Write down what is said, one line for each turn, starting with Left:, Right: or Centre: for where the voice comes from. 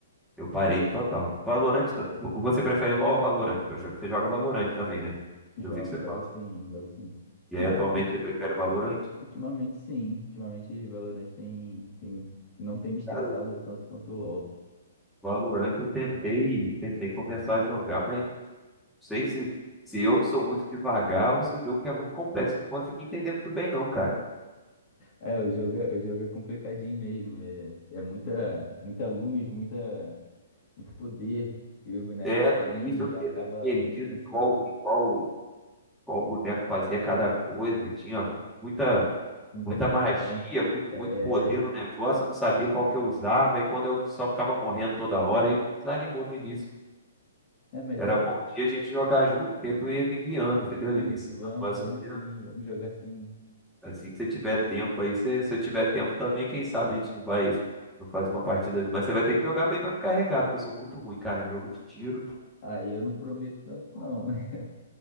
Centre: eu parei total. Valorant, tá- você prefere LoL ou Valorant? pra jogar? Você joga Valorant também, né?
Left: Jogo,
Centre: Eu vi que você
Left: jogo
Centre: fala.
Left: sim, jogo sim.
Centre: E
Left: Ah,
Centre: aí atualmente
Left: ulti-
Centre: você prefere Valorant?
Left: ultimamente sim. Ultimamente Valorant tem, tem, não tem me estressado
Centre: Cara, o
Left: tanto quanto o LoL.
Centre: o Valorant eu tentei, tentei começar a jogar, mas sei se, se eu que sou muito devagar ou se o jogo que é muito complexo. Não consegui entender muito bem, não, cara.
Left: É, o jogo é, o jogo é complicadinho mesmo. É, é muita, muita luz, muita, muito poder que os bonecos
Centre: É,
Left: têm
Centre: no início eu
Left: e
Centre: fiquei
Left: acaba
Centre: meio perdido
Left: influenciando.
Centre: em qual, em qual, qual boneco fazia cada coisa. E tinha muita,
Left: Muita
Centre: muita
Left: função.
Centre: magia, muito,
Left: É,
Centre: muito poder no negócio. Eu não sabia qual que eu usava. E quando eu só ficava morrendo toda hora, aí me desanimou no início.
Left: é, mas
Centre: Era
Left: aí
Centre: bom
Left: é,
Centre: que a gente
Left: é
Centre: jogar junto, porque tu ia me guiando, entendeu?
Left: isso,
Centre: Ia me ensinando
Left: vamos,
Centre: mais
Left: vamos
Centre: ou menos.
Left: sim, vamos jogar sim.
Centre: Assim que você tiver tempo aí, se se eu tiver tempo também, quem sabe a gente não vai, não faz uma partida junto. Mas você vai ter que jogar bem pra me carregar, porque eu sou muito ruim, cara, em jogo de tiro.
Left: Aí eu não prometo tanto, não. <laughs>